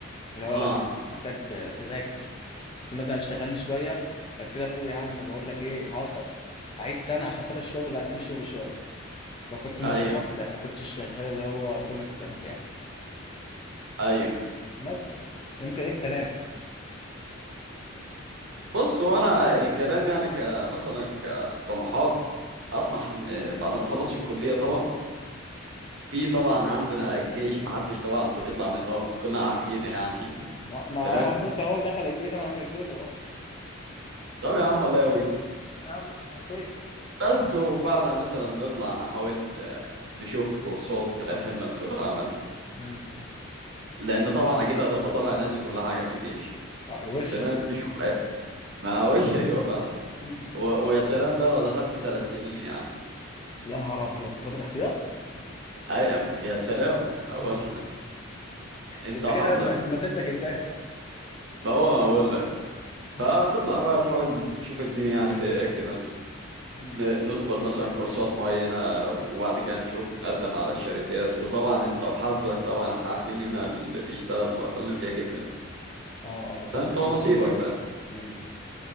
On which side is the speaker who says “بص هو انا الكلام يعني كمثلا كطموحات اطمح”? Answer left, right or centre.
Right